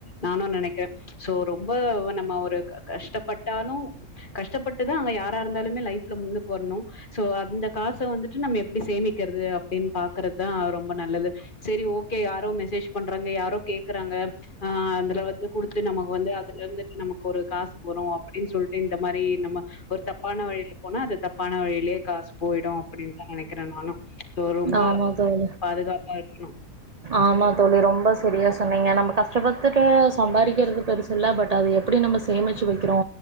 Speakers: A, on the left; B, on the right.
A: நானு நெனைக்க சோ ரொம்ப நம்ம ஒரு க க கஷ்டப்பட்டாலும் கஷ்டப்பட்டுதா அங்க யார இருந்தாலுமே லைஃப்ல முன்னுக்கு வரணு சோ அந்த காசை வந்துட்டு நம்ம எப்டி சேமிக்கிறது அப்டின்னு பாக்குறதுதான் ரொம்ப நல்லது சரி ஓகே யாரோ மெசேஜ் பண்றாங்க யாரோ கேக்குறாங்க ஆ அதுல வந்து குடுத்து நமக்கு வந்து அதுல இருந்து நமக்கு ஒரு காசு வரு அப்டின்னு சொல்ட்டு இந்த மாரி நம்ம ஒரு தப்பான வழியில போனா அது தப்பான வழியிலேயே காசு போயிடு அப்டின்னுதா நெனைக்கிறே நானு சோ ரொம்ப
B: ஆமா தோழி
A: பாதுகாப்பா இர் கனு
B: ஆமா தோழி ரொம்ப சரியா சொன்னீங்க நம்ம கஷ்டப்பட்டுட்டு சம்பாறிக்கிறது பெருசில்ல பட் அது எப்டி நம்ம சேமிச்சு வெக்கிறோ